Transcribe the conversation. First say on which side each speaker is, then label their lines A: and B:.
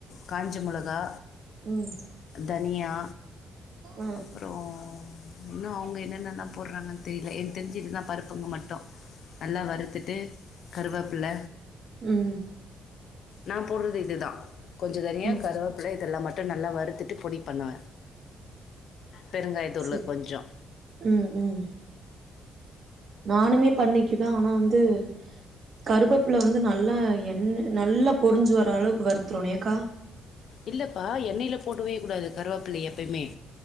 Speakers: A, on the left (about 65°); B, on the right (about 55°).
A: கா பச்சமோளகா
B: ம்
A: தனியா
B: ஆ
A: அப்புற இன்னும் அவங்க என்னென்னல்லா போடுறாங்கன்னு தெரில எனக் தெரிஞ்சி இதா பருப்புக்கு மட்டோ நல்லா வருத்துட்டு கருவபில்ல
B: உம்
A: நான் போடுறது இதுதா கொஞ்ச தனிய
B: ம்
A: கருவேப்பில இதெல்லா மட் நல்லவர் எடுத்துட்டு பொடி பண்னா பெருங்காயதுளு
B: செரி
A: கொஞ்சோ
B: ம் ம் நானுமே பண்னைக்கு ஆனா வந்து கருவேப்புல வந்து நல்ல எண் நல்லா பொரிஞ்சு வர அளவுக்கு வருதரனு ஏகா
A: இல்லப்பா எண்ணெயில போடுவே கூடாது கருவபிள்ளை எப்பயுமே